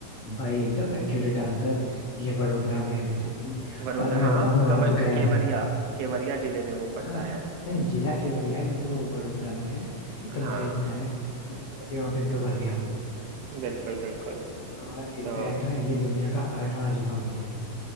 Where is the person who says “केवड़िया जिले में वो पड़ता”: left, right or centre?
Right